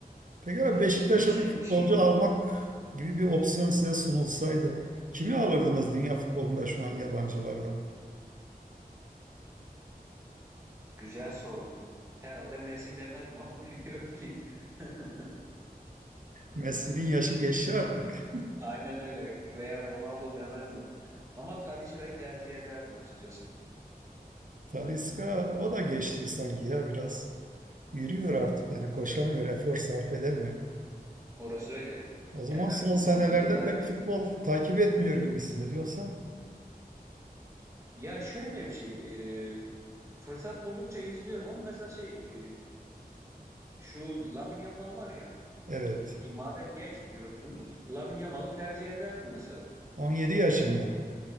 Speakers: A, on the right; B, on the right.
A: Peki abi
B: De-
A: Beşiktaş'a
B: Dehşet
A: bir futbolcu
B: bir şeydi ya.
A: almak gibi bir opsiyon size sunulsaydı kimi alırdınız dünya futbolunda şu an yabancılardan?
B: Güzel soru. Herhalde Messi demezdim ama <laughs> bilmiyorum ki. <laughs> Hmm.
A: Messi'nin yaşı geçti artık.
B: Aynen öyle. Veya Ronaldo demezdim. Ama Talisca'yı tercih ederdim açıkçası.
A: <laughs> Talisca o da geçti sanki ya biraz. Yürüyor artık yani koşamıyor, efor sarf edemiyor.
B: Orası öyle.
A: O zaman
B: Yani tabii
A: son
B: e,
A: senelerde
B: yıllar
A: pek
B: önceki
A: futbol takip etmiyor gibisiniz. Yoksa
B: ya şöyle bir şey e, fırsat buldukça izliyorum ama mesela şey e, şu Lamine Yamal var ya
A: evet
B: gi- madem genç diyorsunuz Lamine Yamal'ı tercih ederdim mesela.
A: 17 yaşında